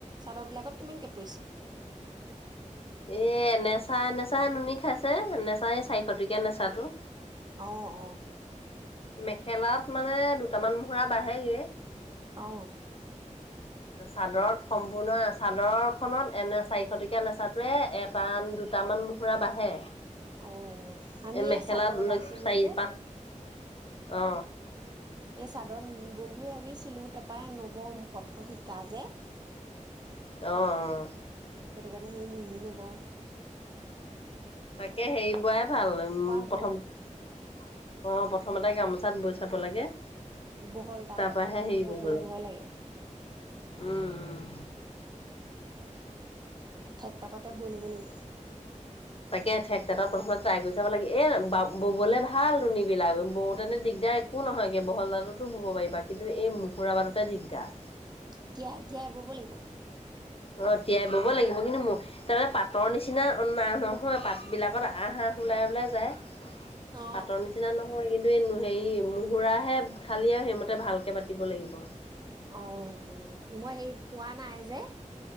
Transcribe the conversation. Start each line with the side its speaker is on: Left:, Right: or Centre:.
Right: চাদৰ বিলাকত কিমানকে পৰিছে
Left: এ এনেচা এনেচা নচা নুনি খাইছে নেচা চাৰিশ টকীয়া নেচাটো
Right: অ অ
Left: মেখেলাত মানে দুটামান মুহূৰা বাঢ়েগে
Right: অ
Left: চাদৰত সম্পূৰ্ণ চাদৰ খনত এনে চাৰিশটকীয়া নেচাটোৱে এটান দুটামান মুহূৰা বাঢ়ে
Right: অ আমি
Left: এ মেখেলাত
Right: এই চাদৰ লগাইছিলো
Left: লৈ চাৰি
Right: যে
Left: পাঁচ অ
Right: এই চাদৰ নুনি বম বুলি ভাবিছিলো তাৰপৰা এই নবম প্ৰথম শিকা যে
Left: অহ-অহ।
Right: সেইটো কাৰণে সেই নুনি নবওঁ
Left: তাকে হেৰি বোৱাই ভাল। উম,
Right: হ'ব
Left: প্ৰথমতে অহ, প্ৰথম প্ৰথমতে গামোচাত বৈ চাব লাগে।
Right: বহল তাঁতত
Left: তাৰ পৰাহে
Right: পতককে
Left: হেৰি
Right: ববলে
Left: বব
Right: ভয় লাগে।
Left: উম উম
Right: ঠেক তাঁততে বৈ ল'ব লাগিব।
Left: তাকে থেক তাঁত প্ৰথমতে ট্ৰায় কৰি চাব চাব লাগে এ ববলে ভালতুন নুনি বিলাক, বওঁতে দিগদাৰ একো নহয়গে বহলদালতো বব পাৰিবা কিন্তু এই মহুৰা বাটোতে দিগদাৰ।
Right: তিয়াই-তিয়াই বব লাগিব।
Left: অহ তিয়াই বব লাগিব। কিন্তু ম তাৰ মানে পাটৰ নিচিনা নাই ন নহয় পাতবিলাকত আঁহ-আঁহ ওলাই-ওলাই যায়।
Right: অ
Left: পাতৰ নিচিনা নহয়, কিন্তু এই হেৰি মুহুৰাহে খালি আৰু সেইমতে ভালকে বাটি দিব লাগিব।
Right: অহ, মই সেই পোৱা নাই যে।